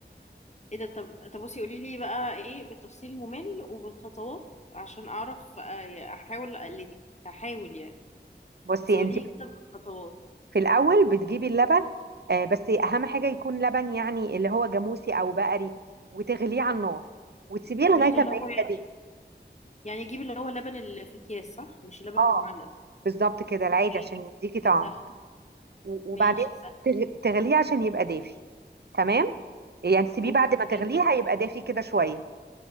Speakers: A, on the left; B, on the right.
A: ايه ده طب طب بصي قولي لي بقى ايه بالتفصيل ممل وبالخطوات عشان اعرف آه، احاول اقلدك احاول يعني
B: بصي
A: بس قولي
B: انت
A: لي كده بالخطوات
B: في الأول بتجيبي اللبن آه بس أهم حاجة يكون لبن يعني اللي هو جاموسي أو بقري وتغليه على النار وتسيبيه لغاية
A: مش ده
B: ما
A: اللي هو
B: يبقى
A: يعني
B: دافي
A: يعني اجيب اللي هو اللبن اللي في اكياس صح مش اللبن
B: اه
A: المعلب
B: بالظبط كده العادي
A: اوكي
B: عشان يديكي طعم
A: دي سهله
B: و- وبعدين
A: ماشي سهل
B: تغ- تغليه عشان يبقى دافي تمام يعني تسيبيه
A: اوكي
B: بعد ما تغليه
A: ماشي
B: هيبقى دافي كده شويه